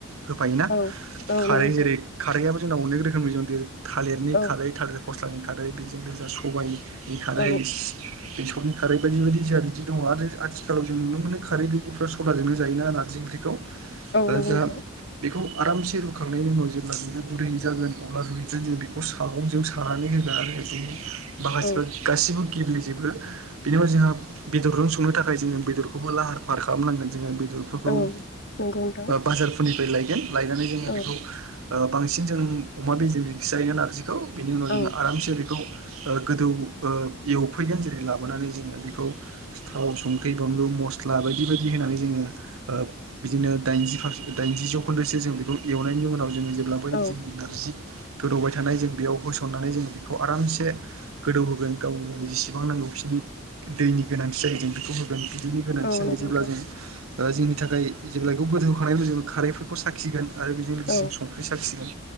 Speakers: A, on the right; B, on the left.
A: होफायोना
B: औ औ
A: खारै
B: नंगौ नोंथां
A: जेरै खारैयाबो जोंनाव अनेख रोखोमनि दं जेरै थालिरनि
B: औ
A: खारै थालिर फस्लानि खारै बेजोंनो जा सबाइनि खारै
B: औ औ
A: बेसरनि खारै बायदि बायदि जोंहा बिदि दङ' आरो आथिखालाव जों नुनो मोनो खारै गैयि निफ्रा सदाजोंनो जायो ना नारजि ओंख्रिखौ आरो
B: नंगौ
A: ओ जोहा
B: नोंथां
A: बेखौ आरामसे रुखांनायनि उनाव जेब्ला बियो गुरै जागोन अब्ला <unintelligible> जों बेखौ सागंजों सानानै होगोन आरो बिदिनो माखासेफ्रा
B: औ
A: गासिबो गिबलिजोेबो बेनि उनाव जोंहा बेदरजोंनो संनो थाखाय जोङो बेदरखौबो लाहार फाहार खालामनांगोन जोङो बेदरफोरखौ
B: औ
A: ओ
B: नंगौ नोंथां
A: बाजारफोरनिफ्राय लायगोन। लायनानै जोङो
B: औ
A: बेखौ बांसिन जों अमा बेजेमजोंसो जायो नारजि बेखौ बिनि उनाव जोङो
B: औ
A: आरामसे बेखौ ओ गोदौ ओ एवफैगोन जेरै लाबोनानै जोङो बेखौ थाव संख्रि बानलु मस्ला बायदि बायदि होनानै जोङो ओ बिदिनो दाइनजिसे दाइनजि जौखोन्दोसो जों बेखौ एवनायनि उनाव जों जेब्ला बै जों
B: औ
A: नारजि गोदौबाय थानाय जों बेयाव होसननानै जोंङो बेखौ आरामसे गोदौ होगोन गावनो गावनि जेसेबां नांगौ। बिसोरनि दैनि गोनांथि जायो जों बेखौ होगोन बिदैनि गोनांथि
B: औ
A: जायो
B: नंगौ नोंथां
A: जेब्ला जों ओ जोंनि थाखाय जेब्ला बेखौ गोदौ होखानाय उनाव जोङो खारैफोरखौ साखिगोन आरो बेजों लोगोसे
B: औ
A: जों संख्रि साखिगोन।